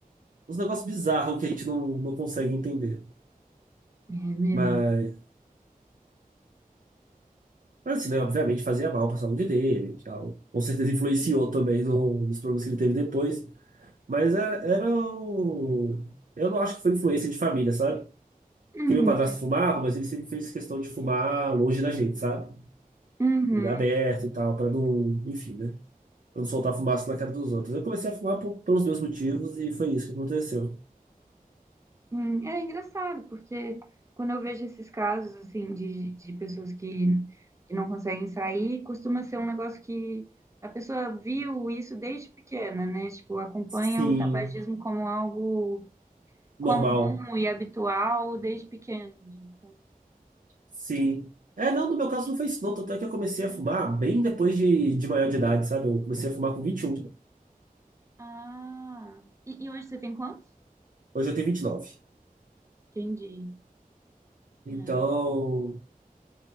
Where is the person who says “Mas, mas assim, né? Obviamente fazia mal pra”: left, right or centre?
Right